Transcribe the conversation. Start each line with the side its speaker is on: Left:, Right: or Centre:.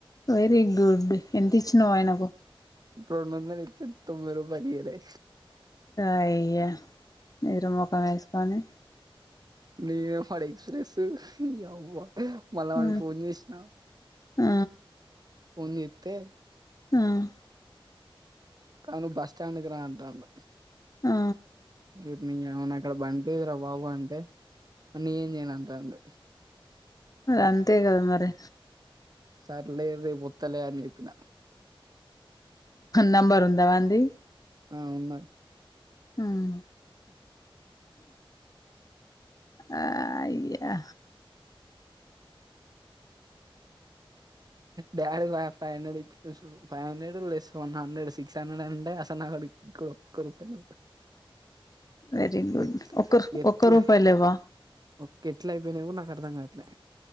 Left: వెరీ గుడ్ ఎంత ఇచ్చినవ్ ఆయనకు
Right: రెండు వందలు ఇస్తే తొంభై రూపాలు ఇయ్యలే
Left: అయ్యా నిద్ర మొఖం వేసుకొని
Right: నే వాడు ఎక్స్ప్రెస్ అ మళ్ళా వానికి
Left: ఆ
Right: ఫోన్ చేసినా
Left: ఆ
Right: ఫోన్ చేస్తే
Left: ఉమ్
Right: కాను బస్టాండ్కు రా అంటాండు
Left: ఆ
Right: రేపు నీ అవ్వ నా కాడ బండి లేదురా బాబు అంటే మరి నేనేం చేయ అంటాండు
Left: అంతే కదా మరే
Right: సర్లే రేపు వస్తలే అని చెప్పిన
Left: నంబర్ ఉందా వానిది
Right: ఆ ఉన్నది
Left: ఉమ్ ఆ అయ్యా
Right: డాడీ ఫైవ్ హండ్రెడ్ ఇచ్చు ఫైవ్ హండ్రెడ్ <unintelligible> అన్న వన్ హండ్రెడ్ సిక్స్ హండ్రెడ్ అంటే అసలు నాకాడా ఇక్కడ ఒక్క రూపాయి లేదు.
Left: వెరీ గుడ్
Right: ఎట్
Left: ఒక్క
Right: ఎట్ల
Left: ఒక్క రూపాయి లేవా
Right: ఒకే ఎట్లా అయిపోయినయో కూడా నాకు అర్థం కా ట్లె